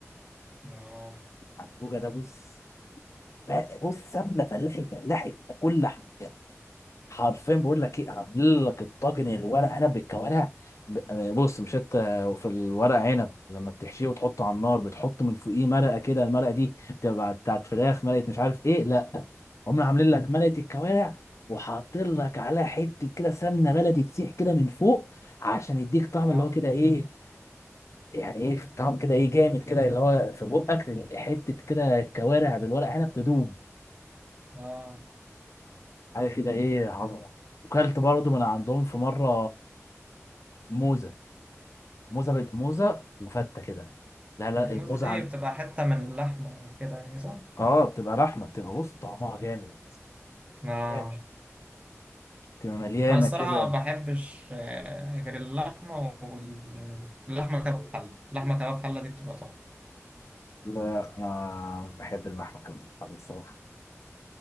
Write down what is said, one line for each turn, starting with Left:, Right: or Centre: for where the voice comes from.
Right: آه
Left: حجوجه ده بص لا بص سمنه فلاحي فلاحي في كل حاجه حرفيا بقول لك ايه عامل لك الطاجن الورق عنب بالكوارع ب- آه، بص مش انت في الورق عنب لما بتحشيه وتحطه على النار بتحط من فوقيه مرقه كده المرقه دي بتبقى بتاعت فراخ مرقه مش عارف ايه لا هم عاملين لك مرقه الكوارع وحاطين لك عليها حته كده سمنه بلدي تسيح كده من فوق عشان يديك طعم
Right: آه
Left: اللي هو كده ايه يعني ايه طعم كده ايه جامد كده اللي هو في بقك حته كده كوارع بالورق عنب تدوم
Right: آه
Left: حاجه كده ايه عظمه وكلت برضو من عندهم في مره موزه موزه بالموزه وفته كده لا لا
Right: الموزة
Left: الموزه
Right: دي
Left: عن...
Right: بتبقى حتة من اللحمة وكده يعني صح؟
Left: اه بتبقى رحمه بتبقى بص طعمها جامد
Right: آه
Left: جامد. بتبقى مليانه
Right: أنا الصراحة
Left: كده
Right: ما بحبش آه، غير اللحمة واللحمة كباب حلة اللحمة كباب حلة دي بتبقى تحفة
Left: لا انا بحب اللحمه كده الصراحه